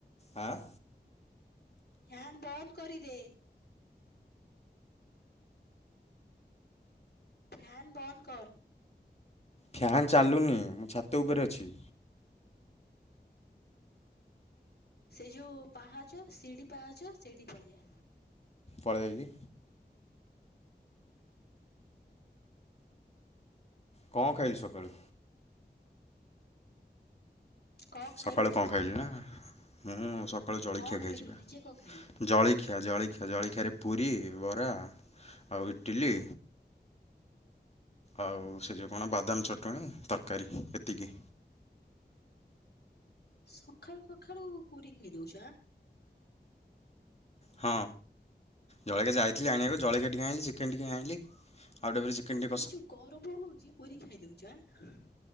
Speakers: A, on the left; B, on the left.
A: ହାଁ?
B: ଫ୍ୟାନ୍ ବନ୍ଦ କରିଦେ। ଫ୍ୟାନ୍ ବନ୍ଦ୍ କର।
A: ଫ୍ୟାନ୍ ଚାଲୁନି। ମୁଁ ଛାତ ଉପରେ ଅଛି।
B: ସେ ଯେଉ ପାହାଚ, ସିଡି ପାହାଚ ସେଇଠିକି ପଳେଇଆ।
A: ପଳିଆଇଲି। କଣ ଖାଇଚୁ ସକାଳୁ।
B: କଣ ଖାଇଲୁ
A: ସକାଳୁ କଣ ଖାଇଚୁ ନା ମୁଁ ସକ କାଳୁ ଜଳିଖିଆ
B: କଣ ଖାଇଲୁ
A: ଖାଇଚି ବା
B: ନିଜେ କଣ ଖାଇଲୁ
A: ଜଳିଖିଆ ଜଳିଖି ଆ ଜଳଖିଆାରେ ପୁରୀ, ବରା, ଆଉ ଇଟିଲି। ଆଉ ସେ ଯୋଉ କଣ ବାଦାମ ଚଟଣି ତରକାରୀ ଏତିକି।
B: ସଖାଳୁ ସଖାଳୁ ପୁରି ଖାଇଦଉଛ ଆଁ।
A: ହଁ ଜଳଖିଆ ଯାଇଥିଲି ଆଣିବାକୁ ଜଳଖିଆ ଟିକେ ଆଇଁଲି ଚିକେନ୍ ଟିକେ ଆଇଁଲି। ଆଉ ଟିଏ ପରେ ଚେକେନ ଟିଏ
B: ଏଇ ଯୋଉ ଗରମ ହଉଛି ପୁରି ଖାଇଦଉଛ ଆଁ।